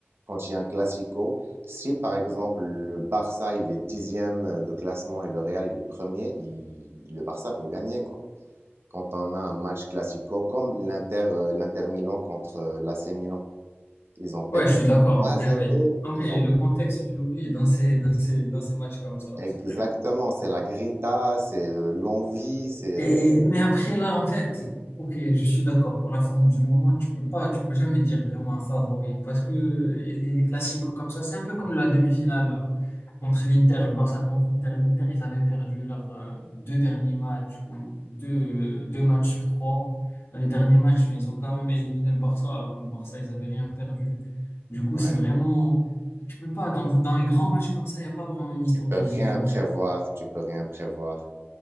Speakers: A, on the right (about 70°); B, on the left (about 80°).
A: Quand il y a un classico, si par exemple le Barça il est dixième de classement et le Real il est premier, il- le Barça peut gagner, quoi. Quand on a un match classico, comme l'Inter, euh, l'Inter Milan contre euh, l'AC Milan, ils ont perdu
B: Ouais, je suis d'accord.
A: Trois
B: En vrai,
A: zéro,
B: oui. En vrai,
A: ils ont
B: le contexte, tu l'oublies dans ces, dans ces, dans ces matchs comme ça.
A: Exactement,
B: C'est vrai.
A: c'est la grinta, c'est euh, l'envie, c'est
B: Et,
A: euh,
B: mais après, là, en fait, ok, je suis d'accord pour la forme du moment. Tu peux pas, tu peux jamais dire vraiment un favori parce que les, les classicos comme ça, c'est un peu comme la demi-finale là, contre l'Inter, le Barça contre l'Inter. L'Inter, ils avaient perdu leurs euh, deux derniers matchs ou deux, deux matchs sur trois. Dans les derniers matchs, mais ils ont quand même éliminé le Barça alors que le Barça, ils avaient rien perdu. Du coup,
A: ouais,
B: c'est vraiment, tu peux pas, dans, dans les grands matchs comme ça, il n'y a pas vraiment une histoire
A: tu peux
B: de
A: rien
B: dynamique.
A: prévoir, tu peux rien prévoir,